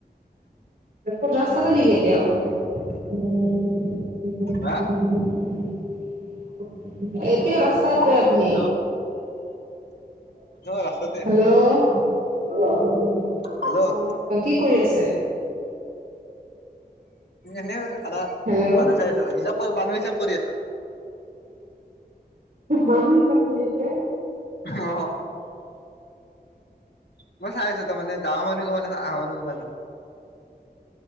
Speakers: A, on the right; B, on the left.
A: ক'ত ৰাস্তাটো নেকি এতিয়াও <unintelligible>
B: হা
A: এতিয়াও ৰাস্তা কতে আপনি?
B: হেল্ল' মই ৰাস্তাতে
A: হেল্ল' <unintelligible>
B: হেল্ল'
A: কি কৰি আছে?
B: এনে সাদা
A: হেল্ল'
B: মানুহ চাই আছো। হিচাপ- মানুহ হিচাপ কৰি আছো।
A: মানুহ হিচাপ কৰি আছে।
B: অ'হ। মই চাই আছো তাৰমানে দা মানহ মমান আ আহ মানো মমানে